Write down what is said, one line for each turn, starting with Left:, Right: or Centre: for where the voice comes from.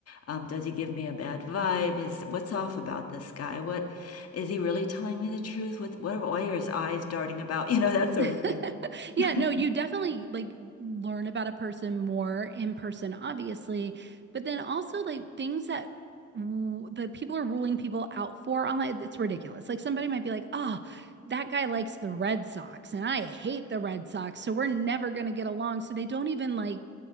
Left: Um, does he give me a bad vibe? Is what's off about this guy? What is he really telling me the truth? What what why are his eyes darting about? <laughs> You know, that sort
Right: <laughs>
Left: of thing.
Right: Yeah,
Left: <laughs>
Right: no, you definitely like learn about a person more in person, obviously, but then also like things that w- the people are ruling people out for online, it's ridiculous. Like somebody might be like, "Oh, that guy likes the Red Sox and I hate the Red Sox, so we're never going to get along." So they don't even like